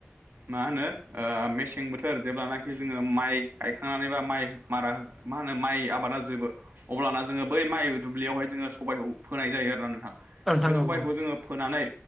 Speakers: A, on the right; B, in the centre.
A: मा होनो ओ मेसें बोथोर जेब्लानाखि जोङो माइ गायखांनानै बा माइ मारा मा होनो माइ आबादा जोबो अब्लाना जोङो बै माइ दुब्लियावहाय जोङो सबायखौ फोनाय जायो आरोना नोंथां
B: नोंथां
A: बे
B: औ
A: सबाइखौ
B: औ
A: जोङो फोनानै